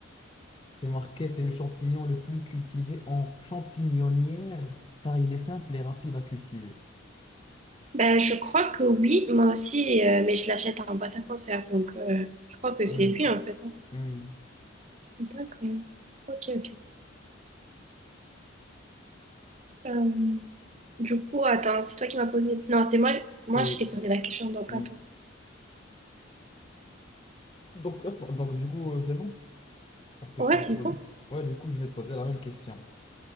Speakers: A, on the left (about 25°); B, on the right (about 35°).
A: C'est marqué, c'est le champignon le plus cultivé en champignonnière, car il est simple et rapide à cultiver.
B: Ben, je crois que oui, moi aussi, euh, mais je l'achète en boîte à conserve, donc euh, je crois que
A: Hmm.
B: c'est lui en fait. hein.
A: Hmm.
B: D'accord. Ok, ok. Euh, Du coup, attends, c'est toi qui m'as posé. Non, c'est moi. Moi,
A: Oui,
B: je t'ai posé la question, donc
A: oui.
B: attends.
A: Donc, attends, donc du coup, euh, c'est bon? Parce que
B: Ouais,
A: je vais te
B: c'est
A: poser.
B: bon.
A: Ouais, du coup, je vais te poser la même question.